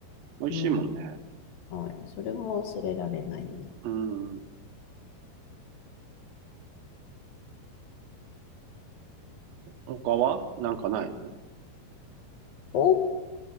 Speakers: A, on the right; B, on the left.
A: 美味しいもんね。
B: うん。はい。それも忘れられないね。
A: うーん。他はなんかないの
B: 他